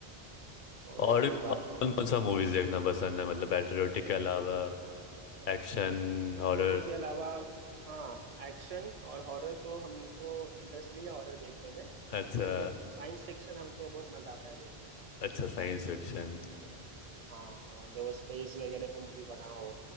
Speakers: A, on the right; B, on the left.
A: वही
B: और
A: वही बात
B: कौन
A: है
B: कौन सा मूवीज देखना पसंद है मतलब पैट्रियोटिक के अलावा Action
A: पैट्रियोटिक
B: horror
A: के अलावा हाँ एक्शन और हॉरर तो हमको इंटरेस्ट नहीं है हॉरर देखने में
B: अच्छा
A: लेकिन साइंस फिक्शन हमको बहुत मजा आता है देखने में
B: अच्छा साइंस फिक्शन
A: है ना हाँ जो स्पेस वगैरह पे मूवी बना हो